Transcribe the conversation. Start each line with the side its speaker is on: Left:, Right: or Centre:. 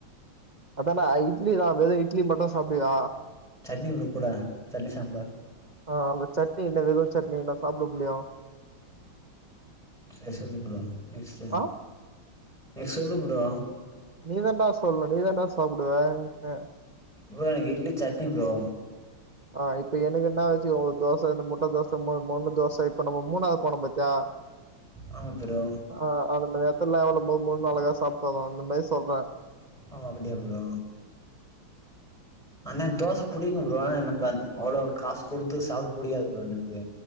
Right: அதாடா இட்லிதா வெறும் இட்லி மட்டும் சாப்புடுவிய
Centre: சட்னி ப்ரோ கூட சட்னி சாம்பார்
Right: ஆஹ் அப்ப சட்னி என்ன வெறு சட்னின்னா சாப்ட முடியு
Centre: சர் சரி ப்ரோ நெக்ஸ்ட்
Right: ஆ
Centre: நீ சொல்லு ப்ரோ
Right: நீதாண்டா சொல்லணு நீதாண்டா சாப்புடுவே அ
Centre: ப்ரோ எனக்கு இட்லி சட்னி ப்ரோ
Right: ஆஹ் இப்ப எனக்குன்ன வச்சிக்கோ ஒரு தோச இந்த முட்ட தோச மூணு மொறு மொறு தோச இப்ப நம்ம மூணாவது போனொ பாத்தியா
Centre: ஆமா ப்ரோ
Right: ஆஹ் அதுல ர ல்ல எவ்ளோ மொறு மொறுனு அழகா சாப்ட்டு வரோ அந்த மாரி சொல்ற
Centre: ஆ அப்டியா ப்ரோ ஆனா தோச புடிக்கு ப்ரோ நம்ம அன் அவ்ளோ காசு குடுத்து சாப்ட புடிகாது ப்ரோ எனக்கு